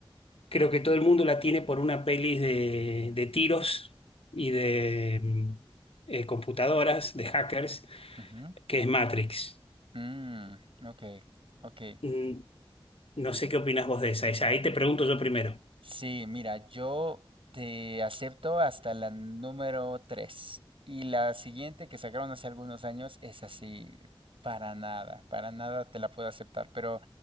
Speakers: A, on the left; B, on the right.
A: creo que todo el mundo la tiene por una peli de, de tiros y de
B: ujú,
A: mm, eh, computadoras, de hackers,
B: ujú.
A: que es Matrix.
B: Mm, ok, ok.
A: Mm, No sé qué opinas vos de esa. Esa, ahí te pregunto yo primero.
B: Sí, mira, yo te acepto hasta la número tres Y la siguiente que sacaron hace algunos años es así, para nada, para nada te la puedo aceptar. Pero